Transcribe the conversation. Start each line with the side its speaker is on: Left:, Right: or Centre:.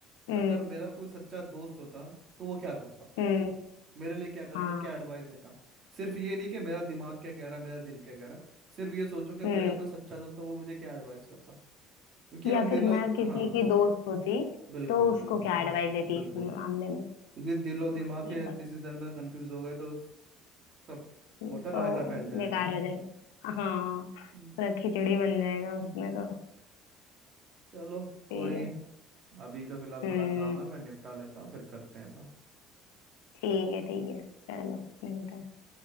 Left: हम्म
Right: अगर मेरा कोई सच्चा दोस्त होता तो वो क्या करता
Left: हम्म
Right: मेरे लिए क्या करता
Left: हाँ
Right: क्या एडवाइस देता सिर्फ ये नहीं कि मेरा दिमाग क्या कह रहा है मेरा दिल क्या कह रहा है सिर्फ ये सोचो कि
Left: हम्म
Right: मेरा कोई सच्चा दोस्त है वो मुझे क्या एडवाइस करता क्योंकि हम
Left: या
Right: दिलो
Left: फिर मैं किसी
Right: हाँ
Left: की दोस्त होती
Right: बिल्कुल
Left: तो उसको
Right: बिल्कुल
Left: क्या एडवाइस देती
Right: बिल्कुल
Left: इस मामले में
Right: क्योंकि दिलो
Left: हाँ
Right: दिमाग के
Left: ये बस
Right: डिसीजन में कंफ्यूज हो गए तो सब
Left: तो
Right: होता है, रायता फैल जाएगा
Left: बेकार हो जाएगा हाँ
Right: हम्म।
Left: पूरा खिचड़ी बन जाएगा उसमें
Right: <laughs>
Left: तो
Right: चलो कोई
Left: ठीक
Right: नहीं
Left: है
Right: अभी तो फिलहाल
Left: हम्म
Right: थोड़ा काम है मैं निपटा लेता हूँ फिर करते हैं बात
Left: ठीक है ठीक है चलो मिलते हैं